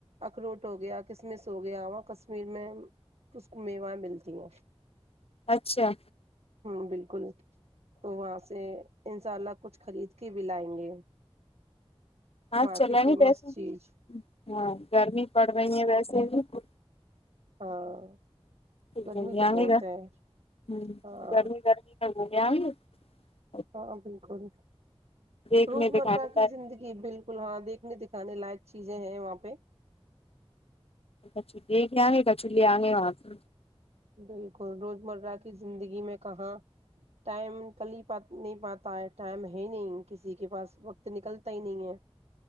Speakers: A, on the right (about 80°); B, on the left (about 70°).
A: اخروٹ ہو گیا کسم س ہو گیا ہواں کشمیر میں ک کو میوائیں ملتی ہیں
B: اچھا
A: ہ بالکل تو وہاں سے انشاء اللہ کچھ خرید کے بھی لائیں گے
B: ہاں
A: وہاں
B: چل
A: کی فیمس
B: گ ویسے
A: چیز
B: ہاں گرمی پڑ رہی ہے ویسے ج <unintelligible>
A: ہاں <unintelligible>
B: ٹیک
A: گرمی
B: ہے ج
A: تو
B: آ
A: بہت
B: گ گا
A: ہے
B: ہ
A: ہاں
B: گرمی گرمی ل <unintelligible> <inaudible>
A: ہاں بالکل
B: دیکھنے
A: روز مرہ
B: دکھانے
A: کی
B: لائق
A: زندگی بالکل ہاں دیکھنے د س لائٹس <unintelligible> چیزیں ہیں وہاں پہ
B: اچ چے کے آئ گے گ چولہے آئ گے وہاں پ <unintelligible>
A: بالکل روز مرہ کی زندگی میں کہاں ٹائم کل پ نہیں پاتا ہے ٹائم ہے نہیں کسی کے پاس وقت نکلتا ہی نہیں ہے